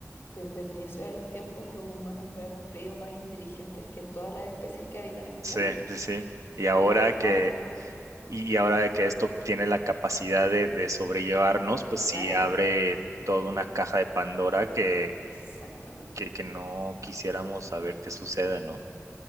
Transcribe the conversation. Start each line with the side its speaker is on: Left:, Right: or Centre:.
Left: desde el inicio de los tiempos, los humanos nos hemos creído más inteligentes que todas las especies que habitan este
Right: Sí,
Left: mundo.
Right: sí, sí. Y ahora
Left: Pero es tomándolo,
Right: que, y ahora de que esto tiene la capacidad de, de sobrellevarnos, pues sí
Left: claro,
Right: abre toda una caja de Pandora que,
Left: exactamente.
Right: que, que no quisiéramos saber qué sucede, ¿no?